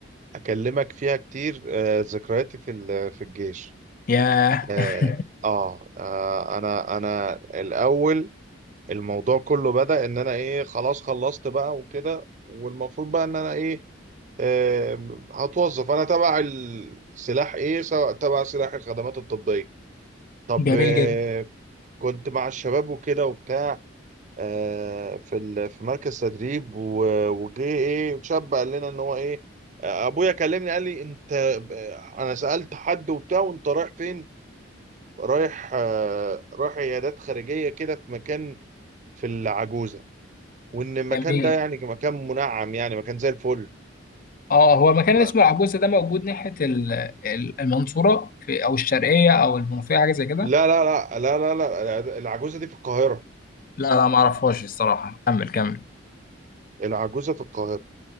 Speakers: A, on the right; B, on the left.
A: اكلمك فيها كتير آه، ذكرياتي في ال- في الجيش
B: ياه
A: اه
B: <laughs>
A: آه، آه، انا انا الاول الموضوع كله بدأ ان انا ايه خلاص خلصت بقى وكده والمفروض بقى ان انا ايه آه، هتوظف انا تبع السلاح ايه سواء تبع سلاح الخدمات الطبيه طب
B: جميل
A: آه،
B: جدا
A: كنت مع الشباب وكده وبتاع آه، في ال- في مركز تدريب و- وجه ايه شاب قال لنا ان هو ايه آه، ابويا كلمني قال لي انت آه، انا سألت حد وبتاع وانت رايح فين رايح آه، رايح عيادات خارجية كده في مكان في العجوزة وان المكان
B: جميل
A: ده يعني مكان منعم يعني مكان زي الفل
B: اه هو المكان اللي
A: لا
B: اسمه العجوزة ده موجود ناحية ال- ال- المنصورة في أو الشرقية أو المنوفية حاجة زي كده
A: لا لا لا لا لا العجوزة دي في القاهرة
B: لا لا ما اعرفهاش الصراحة كمل كمل
A: العجوزة في القاهرة